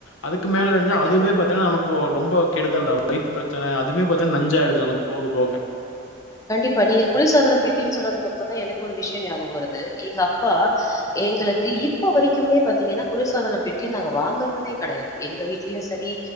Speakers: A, on the left; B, on the left.
A: அதுக்கு மேல இருஞ்சா
B: கண்டிப்பா.
A: அதுவுமே பாத்தீங்கன்னா நமக்கு ஒ ரொம்போ கெடுதல் தா வயித்து பிரச்சன அதுமே ப தா நஞ்சாயிடுது நமக்கு போக போக
B: கண்டிப்பா நீங்க குளிர்சாதன பெட்டின்னு சொன்னதுக்கு அப்புறதா எனக்கு ஒரு விஷயோ ஞாபகோ வருது எங்க அப்பா எங்களுக்கு இப்ப வரைக்குமே பாத்தீங்கன்னா குளிர்சாதன பெட்டி நாங்க வாங்குறதே கிடையாது எங்க வீட் வீட்லயு சரி